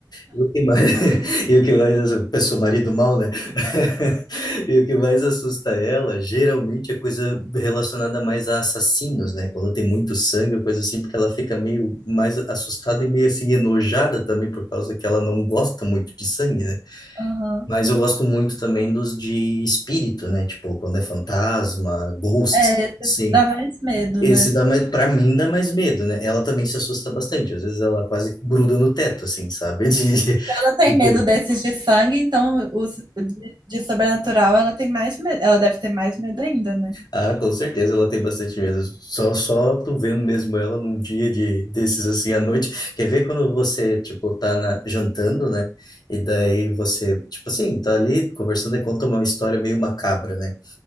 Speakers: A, on the left; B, on the right.
A: E o que mais, <laughs> e o que mais assusta, eu sou marido mal, né? <laughs> E o que mais assusta ela, geralmente é coisa relacionada mais a assassinos, né? Quando tem muito sangue, ou coisa assim, porque ela fica meio mais assustada e meio assim enojada também por causa que ela não gosta muito de sangue, né?
B: Aham.
A: Mas eu gosto muito também dos de espírito, né? Tipo, quando é fantasma, ghosts,
B: É, esse
A: sim.
B: dá mais medo,
A: Esse
B: né?
A: dá mais, pra mim dá mais medo, né? Ela também se assusta bastante. Às vezes ela quase gruda no teto, assim, sabe? <laughs> De-
B: Ela tem
A: tipo,
B: medo desses de sangue, então os de, de sobrenatural ela tem mais medo, ela deve ter mais medo ainda, né?
A: Ah, com certeza ela tem bastante medo. Só, só tu vendo mesmo ela num dia de desses assim à noite. Quer ver quando você, tipo, tá na- jantando, né? E daí você, tipo assim, tá ali conversando e conta uma história meio macabra, né?